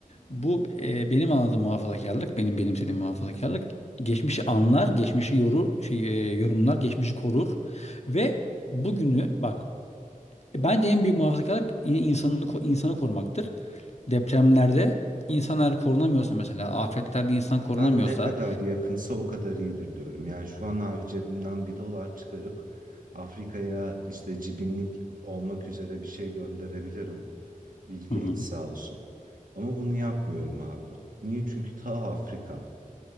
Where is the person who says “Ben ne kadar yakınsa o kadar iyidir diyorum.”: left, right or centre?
Right